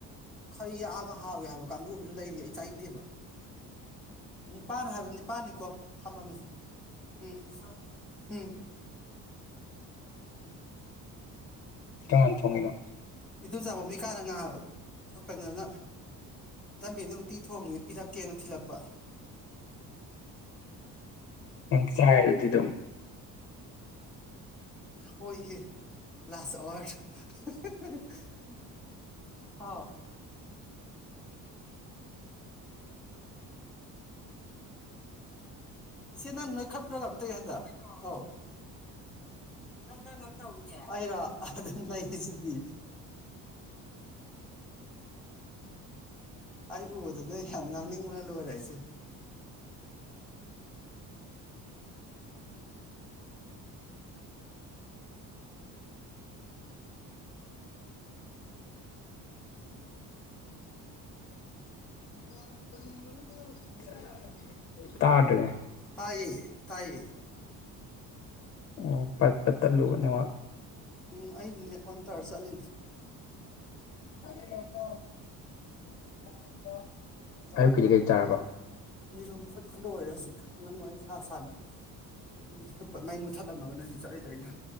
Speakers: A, in the centre; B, on the left.
A: ꯈꯔꯤ ꯌꯥꯛꯑꯒ ꯍꯥꯎꯋꯦ ꯍꯥꯏꯕ ꯀꯥꯡꯒꯨ ꯑꯝꯖꯨ ꯂꯩꯔꯤ ꯑꯩ ꯆꯥꯅꯤꯡꯗꯦꯕ ꯅꯤꯄꯥꯟ ꯍꯥꯏꯕꯗꯣ ꯅꯤꯄꯟꯅꯤꯀꯣ ꯊꯃꯝꯃꯦ ꯎꯝ ꯎꯝ ꯎꯝ
B: ꯀꯅꯥꯟ ꯊꯣꯡꯉꯤꯅꯣ
A: ꯏꯟꯗꯣꯝꯆꯥꯥ ꯚꯨꯃꯤꯀꯥꯅ ꯉꯍꯥꯛ ꯀꯩꯅꯣꯅ ꯗꯟꯕ‌ꯦꯝꯅ ꯎꯇꯤ ꯊꯣꯡꯉꯤ ꯄꯤꯔꯛꯀꯦꯅ ꯊꯤꯜꯂꯛꯄ
B: ꯅꯪ ꯆꯥꯏꯔꯗꯤ ꯗꯨꯝ
A: ꯍꯣꯏ ꯍꯦ ꯂꯥꯁ ꯑꯋꯥꯔ <unintelligible> ꯍꯥꯎ ꯏꯆꯦ ꯅꯪ ꯅꯣꯏꯈꯠꯄ꯭ꯔꯥ ꯀꯩꯅꯣꯝ ꯇꯧꯋꯦ ꯍꯟꯗꯛ ꯑꯩꯔ‌ꯣ ꯑꯥꯎ ꯅꯪ ꯀꯔꯝ ꯀꯔꯝ ꯇꯧꯔꯤꯒꯦ ꯑꯩꯔꯣ ꯑꯗꯨꯝ ꯂꯩꯖꯤꯗꯤ ꯑꯩ ꯎꯕꯗ ꯅꯣꯏ ꯌꯥꯝ ꯉꯥꯡꯅꯤꯡꯕꯅ ꯂꯣꯏꯔꯦ ꯑꯩꯁꯦ
B: <unintelligible> ꯇꯥꯗ꯭ꯔꯦ
A: ꯇꯥꯏꯌꯦ ꯇꯥꯏꯌꯦ
B: ꯑꯣ ꯄꯠ ꯄꯠ ꯇꯠꯂꯨꯕ ꯅꯦꯠꯋꯛ
A: ꯎꯝ ꯑꯩ ꯅꯦꯠ ꯑꯣꯟ ꯇꯧꯔ ꯆꯠꯂꯤꯅꯦ
B: <unintelligible> ꯑꯌꯨꯛꯀꯤꯗꯤ ꯀꯩ ꯆꯥꯔꯕ
A: ꯌꯦꯔꯨꯝ ꯐꯨꯠꯄ ꯂꯣꯏꯔꯦ ꯍꯧꯖꯤꯛ ꯅꯪ ꯋꯥꯔꯤ ꯁꯥ ꯁꯥꯅ ꯎꯝ ꯐꯨꯠꯄ ꯃꯩ ꯃꯨꯠꯊꯠꯂꯝꯃꯒꯅꯦ ꯍꯧꯖꯤꯛ ꯆꯠꯂꯤꯗꯣ ꯑꯩꯅ